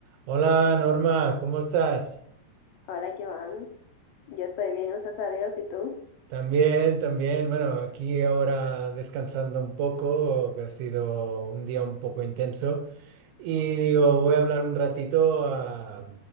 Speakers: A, on the right; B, on the left.
A: Hola Norma, ¿cómo estás?
B: Hola, Joan. Yo estoy bien, gracias a Dios. ¿Y tú?
A: También, también. Bueno, aquí ahora descansando un poco, que ha sido un día un poco intenso. Y digo, voy a hablar un ratito a,